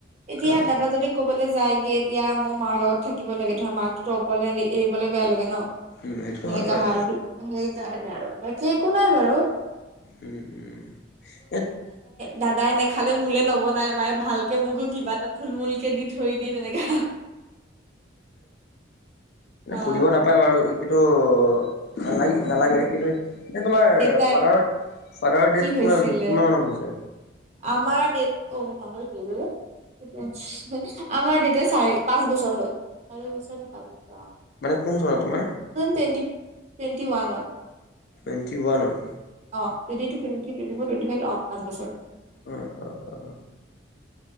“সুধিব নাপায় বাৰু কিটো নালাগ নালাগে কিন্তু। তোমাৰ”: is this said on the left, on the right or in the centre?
Left